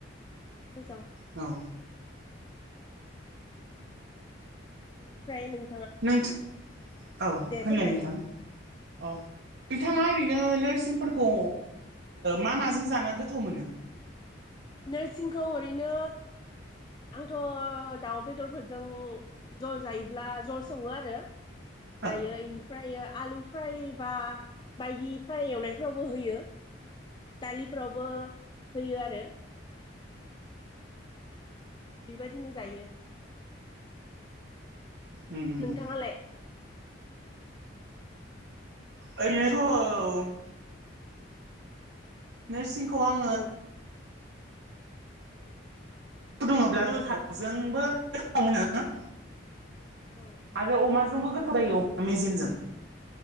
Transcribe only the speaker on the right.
औ
नोंथां औ होननाय
नोंथां अ नोंथाङा ओरैनो नोरसिंफोरखौ मा माजों जान गोथाव मोनो
उम
उम
उम आंनिथ'
<unintelligible> नोरसिंखौ आङो
दुङोब्ला जलजोंबो मोनो <unintelligible>
आरो अमाजोंबो गोथाव जायो अमा मेजेमजों